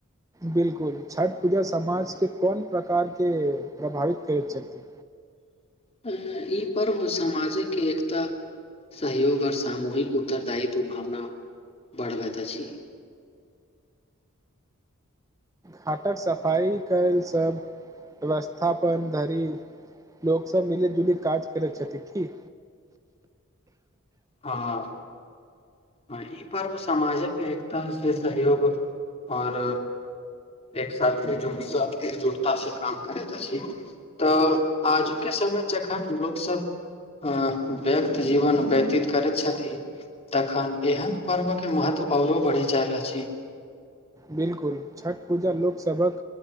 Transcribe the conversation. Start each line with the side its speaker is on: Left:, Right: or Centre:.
Right: बिलकुल, छठ पूजा समाजके कोन प्रकारके प्रभावित करैत छथिन?
Left: ई पर्व सामाजिक एकता, सहयोग आओर सामूहिक उत्तरदायित्व भावना बढ़बैत अछि।
Right: घाटक सफाई कयल सब व्यवस्थापन धरि लोक सब मिली जुली काज करैत छथि की?
Left: हं, अं ई पर्व समाजक एकता से सहयोग आओर एक साथे जुटस एकजुटता से काम करैत अछि तऽ आजुके समय जखन लोक सब अं व्यक्त जीवन व्यतीत करैत छथि तखन एहन पर्वके महत्व आओरो बढ़ि जैल अछि।
Right: बिलकुल, छठ पूजा लोकसभक